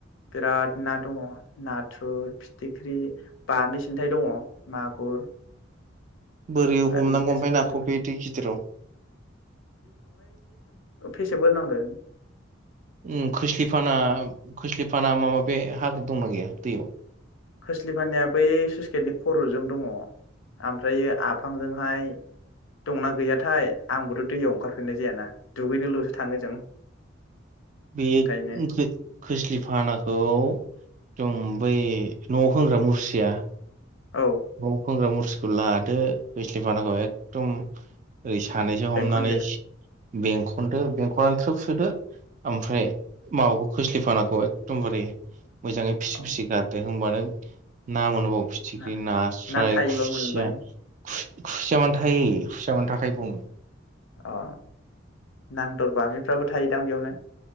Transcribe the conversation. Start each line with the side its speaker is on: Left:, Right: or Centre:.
Left: बिराद ना दंङ नाथुर फिथिख्रि बामि सिन्थायाइ दंङ मागुर
Right: बोरै हमनांगौ
Left: आरि गासिबो
Right: ओमफाय नाखौ
Left: दंजोबो
Right: बे दै गिदिराव
Left: फेसेवग्रो नांगो
Right: ओम खोस्लिफाना खोस्लिफाना माबा बे हाग्रा दंना गैया दैयाव?
Left: खोस्लि फाननाया बै स्लुइस गेटनि खर'जों दङ ओमफ्र आफांजोंहाय दंना गैयाथाय आंबोथ' दैयाव ओंखारफिननाय जायाना दुगैनोल'सो थाङो जों
Right: बे
Left: ओंखायनो
Right: खो-खोस्लि फानाखौ जों बै न'आव होंग्रा मुस्रिया
Left: औ
Right: मौ खोंग्रा मु सकुल लादो खैस्लि फानाखौ एकदम अै सानैसो हमनानै
Left: बेंखनदो
Right: बेंखनदो बेंखनानो थ्रोब सोदो। ओमफ्राय माखौ खोस्लिफाना औ एकदमबारे मोजाङै फिसि
Left: औ
Right: फिसि गारदो होमबानो ना मोनबाव फिथि
Left: ना
Right: बे नास्राय
Left: ना थायोबा
Right: खुसिया
Left: मोनबाय
Right: खु-खुसिया मानो थायो। फिसा मोन थाखाय बुङो
Left: अ नांदर बामिफ्राबो थायो दां बेयावनो